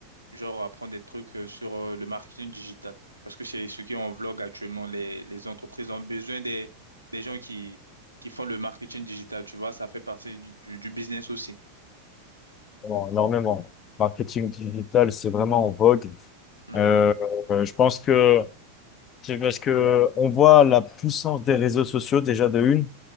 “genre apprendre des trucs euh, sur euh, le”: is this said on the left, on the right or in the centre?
Right